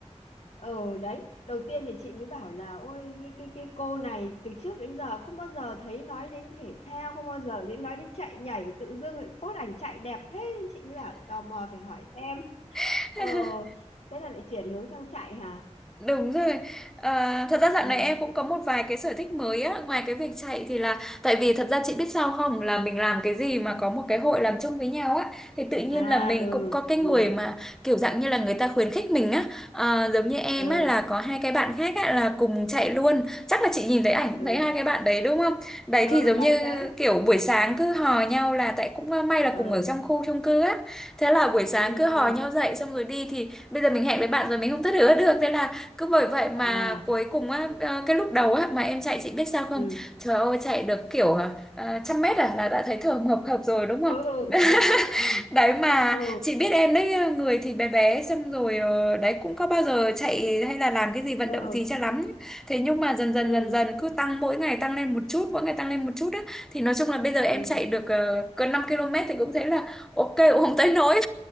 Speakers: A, on the left (about 65°); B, in the centre.
A: ừ, đấy. Đầu tiên thì chị mới bảo là ôi cái cái cái cô này từ trước đến giờ không bao giờ thấy nói đến thể thao, không bao giờ đến nói đến chạy nhảy, tự dưng lại post ảnh chạy đẹp thế chị mới bảo là tò mò phải hỏi xem.
B: <laughs>
A: Ờ, thế là lại chuyển hướng sang chạy hả?
B: Đúng rồi. À, thật ra dạo
A: Ờ,
B: này em cũng có một vài cái sở thích mới á, ngoài cái việc chạy thì là tại vì thật ra chị biết sao không là mình làm cái gì mà có một cái hội làm chung với nhau á thì tự nhiên
A: à
B: là mình
A: ừ,
B: cũng có cái người
A: ừ,
B: mà kiểu dạng như là người ta khuyến khích mình á, à, giống như em
A: ừ,
B: á là có hai cái bạn khác á là cùng chạy luôn. Chắc là chị nhìn thấy ảnh cũng
A: ừ,
B: thấy hai cái bạn đấy đúng không? Đấy
A: ừ,
B: thì giống
A: đấy
B: như
A: đấy.
B: kiểu buổi sáng cứ hò nhau là tại cũng ờ, may là
A: Ờ.
B: cùng ở trong khu chung cư á. Thế là buổi sáng
A: ừ
B: cứ
A: ừ
B: hò nhau dậy xong rồi đi thì bây giờ mình hẹn với bạn rồi mình không thất hứa được thế là cứ bởi vậy mà
A: à
B: cuối cùng á, ờ, cái lúc đầu á mà em chạy chị biết sao không?
A: ừ
B: Trời ơi chạy được kiểu ờ, ờ, trăm mét à là đã thấy thở hồng hộc rồi đúng không?
A: ừ ừ
B: <laughs>
A: đấy đấy ừ
B: Đấy mà
A: ừ
B: chị biết em đấy ờ, người thì bé bé xong rồi ờ, đấy cũng có bao giờ chạy hay là làm cái gì vận
A: ừ
B: động gì cho lắm. Thế nhưng mà dần dần
A: ừ
B: dần dần cứ tăng mỗi ngày tăng lên một chút, mỗi ngày tăng lên một chút á thì nói chung là bây giờ em
A: ừ
B: chạy được uh, gần 5 km thì cũng thấy là ok cũng không tới nỗi.